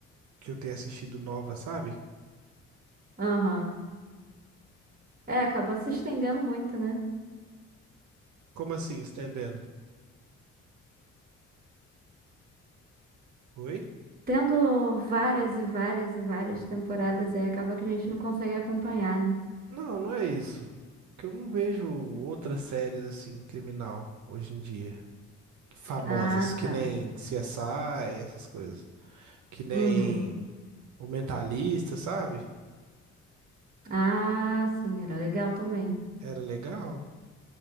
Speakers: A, on the right; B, on the right.
A: que eu tenha assistido nova, sabe?
B: Aham. É, acabou se estendendo muito, né?
A: Como assim, estendendo? Oi?
B: tendo várias e várias e várias temporadas, aí acaba que a gente não consegue acompanhar, né?
A: Não, não é isso. Que eu não vejo outras séries assim, criminal, hoje em dia. Famosas,
B: Ah,
A: que
B: tá.
A: nem CSI, essas coisas. Que nem
B: Uhum.
A: O Mentalista, sabe?
B: Ah, sim, era legal também.
A: Era legal.